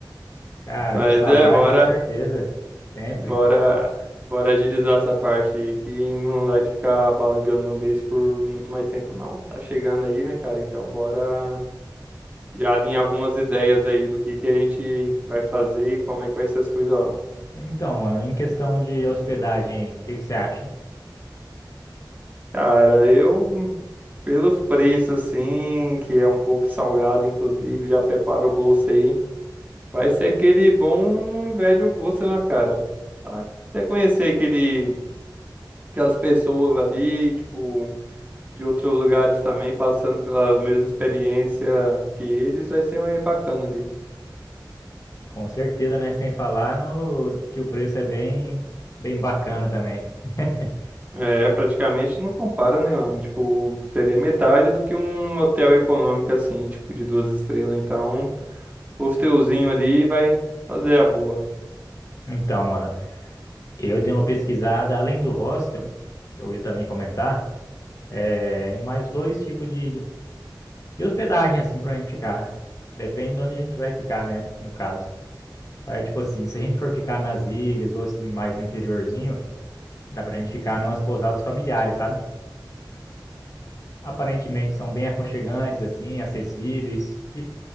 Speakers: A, on the left; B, on the right.
A: Cara,
B: mas
A: com saudade,
B: é, bora,
A: com certeza, sempre.
B: bora, bora agilizar essa parte aí, que não dá de ficar balangando no beijo por muito mais tempo, não. Tá chegando aí, né, cara? Então, bora já alinhar algumas ideias aí do que que a gente vai fazer e como é que vai ser as coisas lá.
A: Então, mano, em questão de hospedagem, aí, o que que você acha?
B: Cara, eu pelos preços, assim, que é um pouco salgado, inclusive, já prepara o bolso aí. Vai ser aquele bom e velho russo, né, cara? Pra Até conhecer aquele, aquelas pessoas ali, tipo, de outros lugares também, passando pela mesma experiência que eles, vai ser mais bacana ali.
A: Com certeza, né? Sem falar no que o preço é bem, bem bacana também. <laughs>
B: É, praticamente não compara, né, mano? Tipo, seria metade do que um hotel econômico, assim, tipo, de duas estrelas. Então, o hotelzinho ali vai fazer a boa.
A: Então, mano. Eu dei uma pesquisada, além do hostel, que eu ia também comentar, eh, em mais dois tipos de, de, de hospedagem, assim, pra gente ficar. Depende de onde a gente vai ficar, né, no caso. É tipo assim, se a gente for ficar nas ilhas ou assim, mais no interiorzinho, dá pra gente ficar numas pousadas familiares, sabe? Aparentemente são bem aconchegantes, assim, acessíveis. E